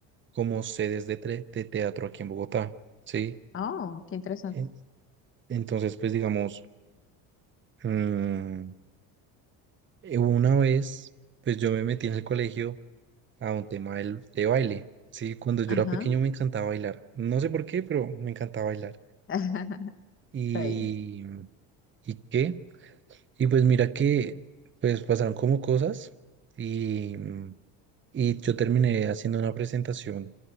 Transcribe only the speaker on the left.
Oh, qué interesante.
Ajá.
<laughs>
Ay,